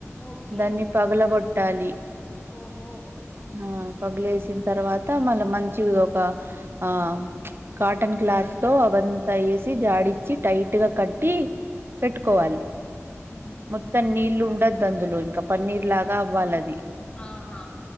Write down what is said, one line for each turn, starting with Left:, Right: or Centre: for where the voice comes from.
Left: ఓకే
Right: దాన్ని పగలగొట్టాలి
Left: ఓహో
Right: ఆ పగులేసిన తర్వాత మళ్ళీ మంచివి ఒక ఆ కాటన్ క్లాత్ లో అవంతా వేసి జాడిచ్చి టైట్ గా కట్టి
Left: ఉ
Right: పెట్టుకోవాలి
Left: ఉహు
Right: మొత్తం నీళ్ళ ఉండ తదందులో ఇంకా పన్నీర్ లాగా అవ్వాలది
Left: ఆహా